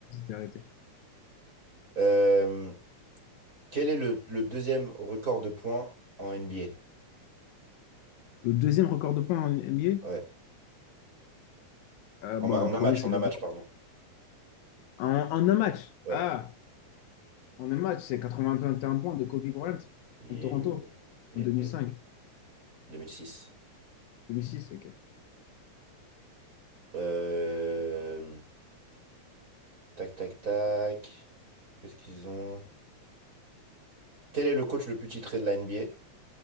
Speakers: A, on the left; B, on the right.
A: t'es arrêté.
B: Euh, quel est le, le deuxième record de points en NBA?
A: Le deuxième record de points en NBA,
B: Ouais,
A: euh,
B: en,
A: bah,
B: ma- en
A: le premier,
B: un match,
A: c'est
B: en
A: LeBron.
B: un match, pardon.
A: En, en un match.
B: Ouais.
A: Ah, en un match, c'est 81 points de Kobe Bryant
B: Yep,
A: contre Toronto
B: yep,
A: en deux deux mille
B: yep.
A: cinq,
B: 2006.
A: deux mille six. ok.
B: Euh, tac, tac, tac. Qu'est-ce qu'ils ont? Quel est le coach le plus titré de la NBA?